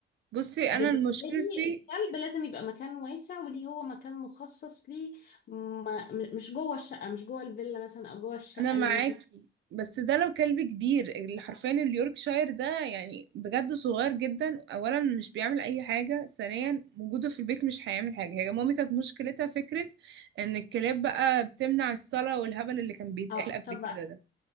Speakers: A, on the right; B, on the left.
A: بصي انا
B: بالنسبة
A: مشكلتي
B: لي الكلب لازم يبقى مكان واسع وليه هو مكان مخصص ليه ما م- مش جوه الشقة مش جوه الفيلا مثلا او جوه الشقة
A: انا معاكي
B: اللي انا فيها
A: بس ده لو كلب كبير اللي حرفيا اليوركشاير ده يعني بجد صغير جدا اولا مش بيعمل اي حاجه ثانيا وجوده في البيت مش هيعمل حاجه هي مامي كانت مشكلتها فكره ان الكلاب بقى بتمنع الصلاه والهبل اللي كان بيتقال
B: اه
A: قبل
B: طب
A: كده ده